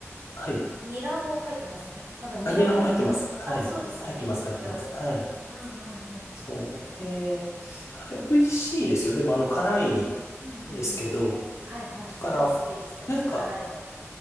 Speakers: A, on the left; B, on the right.
A: はい。
B: ニラも入ってませんなんかニラ入ってる。
A: あ、ニラも入ってます。はい。
B: あ、そうですよね。
A: 入ってます、
B: イメージある。
A: 入ってます。はい。
B: うんうんうん。
A: そう。で、あれ、美味しいですよ。でも、あの、辛いんですけど、
B: うんうんうん。はいはい。
A: だから、
B: 大好きです。私、
A: なんか、
B: 辛いの。